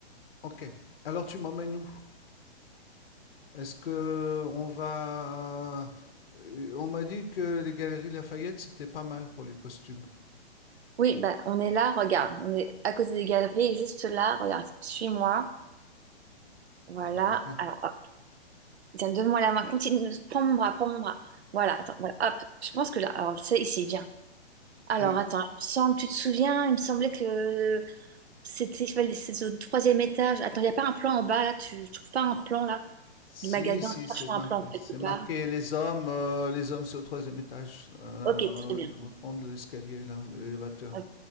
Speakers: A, on the left; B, on the right.
A: OK, alors tu m'emmènes où? Est-ce que on va, heu, on m'a dit que les Galeries Lafayette, c'était pas mal pour les costumes.
B: Oui, bah, on est là, regarde, on est à côté des galeries, et juste là, regarde, suis-moi, voilà,
A: Oh, Ok.
B: alors, hop, tiens, donne-moi la main, continue, prends mon bras, prends mon bras, voilà, attends, voilà, hop, je pense que là, alors, c'est ici, viens. Alors,
A: Et
B: attends, il me semble, tu te souviens, il me semblait que c'était, il fallait- c'est au troisième étage, attends, il n'y a pas un plan en bas, là, tu tu trouves pas un plan, là,
A: si,
B: du magasin,
A: si,
B: cherche
A: c'est
B: un
A: marqué,
B: plan, quelque
A: c'est marqué
B: part.
A: les hommes, heu, les hommes, c'est au troisième étage, heu,
B: Ok, très bien,
A: on va prendre l'escalier là, l'élévateur.
B: hop,